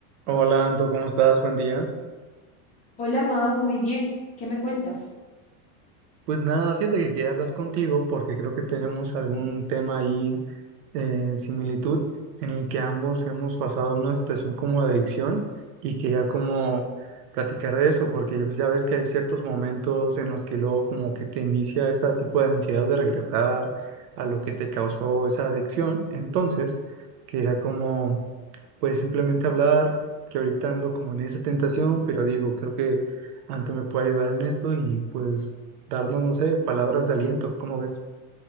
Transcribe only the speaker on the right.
Hola, Anto, ¿cómo estás? Buen día.
Pues nada, fíjate que quería hablar contigo porque creo que tenemos algún tema ahí, eh, similitud, en el que ambos hemos pasado una situación como de adicción y quería como platicar de eso, porque pues, ya ves que hay ciertos momentos en los que luego como que te inicia ese tipo de ansiedad de regresar a lo que te causó esa adicción. Entonces, quería como pues simplemente hablar, que ahorita ando como en esa tentación, pero digo, creo que Anto me puede ayudar en esto y pues darnos, no sé, palabras de aliento, ¿cómo ves?